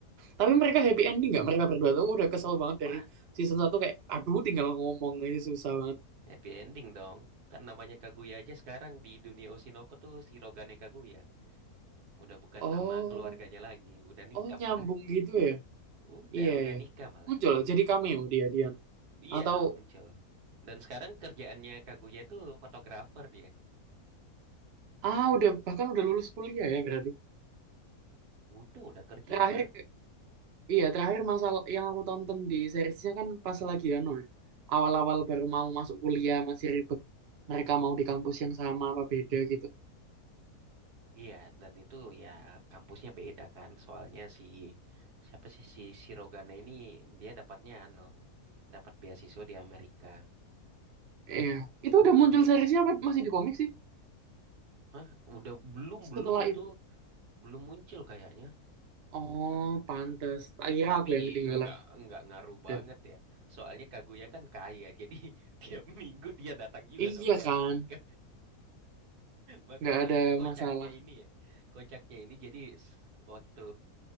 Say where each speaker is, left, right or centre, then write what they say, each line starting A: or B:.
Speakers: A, on the right; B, on the right.
A: tapi mereka happy ending nggak mereka berdua tuh udah kesel banget
B: Wah,
A: dari season satu kayak aduh tinggal ngomong aja susah banget
B: happy ending dong. Kan namanya Kaguya aja sekarang di dunia Oshinoko tuh Shirogane Kaguya. Udah bukan
A: oh
B: nama keluarganya lagi, udah nikah
A: oh nyambung
B: malah.
A: gitu ya
B: Udah,
A: iya
B: udah
A: ya
B: nikah malah.
A: muncul jadi cameo dia dia
B: Iya,
A: atau
B: muncul. Dan sekarang kerjaannya Kaguya tuh fotografer dia.
A: Ah, udah bahkan udah lulus kuliah ya berarti.
B: Udah, udah kerja
A: Terakhir
B: malah.
A: ke- iya, terakhir masalah yang aku tonton di seriesnya kan pas lagi anu ya. Awal-awal baru mau masuk kuliah masih ribet. Mereka mau di kampus yang sama apa beda gitu.
B: Iya, dan itu ya kampusnya beda kan. Soalnya si siapa sih si Sirogane ini dia dapatnya anu, dapat beasiswa di Amerika.
A: Iya, itu udah muncul seriesnya apa masih di komik sih
B: Hah, udah belum
A: setelah
B: belum
A: itu?
B: itu belum muncul kayaknya.
A: Oh, pantes. Tak kira
B: Tapi
A: aku yang ketinggalan
B: nggak nggak ngaruh
A: update.
B: banget ya. Soalnya Kaguya kan kaya, jadi <laughs> tiap minggu dia datang juga
A: Iya
B: dong ke
A: kan?
B: Amerika. bahkan
A: Nggak
B: ko-
A: ada
B: kocaknya
A: masalah.
B: ini ya kocaknya ini jadi s- waktu